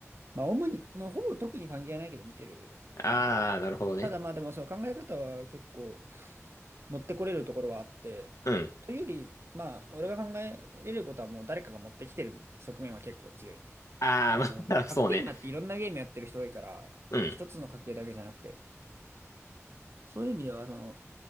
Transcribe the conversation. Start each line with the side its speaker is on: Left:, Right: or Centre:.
Right: まあ主に、もうほぼ特に関係ないけど見てるね。
Left: あー、なるほどね。
Right: ただまあでもそう考え方は結構持ってこれるところはあって、
Left: うん。
Right: というより、まあ俺が考えれることはもう誰かが持ってきてる側面は結構強いね。
Left: あー、
Right: あの、
Left: まあ、
Right: 格ゲーマーっていろんなゲームやってる人多いから、
Left: <laughs> そうね。うん。
Right: 一つの格ゲーだけじゃなくて、そういう意味ではその、